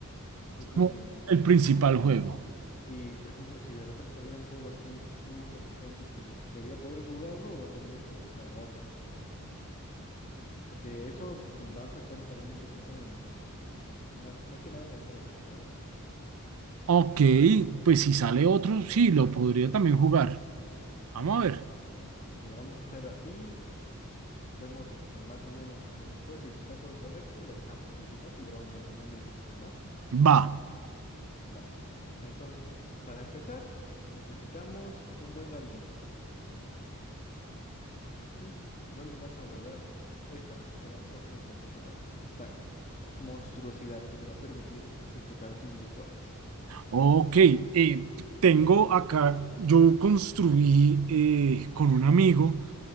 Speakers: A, on the left; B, on the right.
A: Entiendo,
B: es como
A: entiendo.
B: el principal juego.
A: Y por ejemplo, si de repente saliera un juego así súper potente, ¿te gustaría poder jugarlo o tendrías tiempo para otro? Porque eso va a afectar también un poquito en, más, más que nada en el precio, ¿sabes?
B: Ok, pues si sale otro, sí, lo podría también jugar. Vamos a ver.
A: Va, mira, vamos a hacer así, vemos este, más o menos el presupuesto y si está todo correcto, lo dejamos. Y si no, pues le vamos bajando un poquito, ¿va?
B: Va.
A: Va. Entonces, para empezar, necesitamos un buen gabinete. ¿sí? ¿Dónde vas a guardar esta pedazo de computadora? Esta monstruosidad que te va a permitir disfrutar de tus videojuegos.
B: Ok, eh, tengo acá, yo construí eh, con un amigo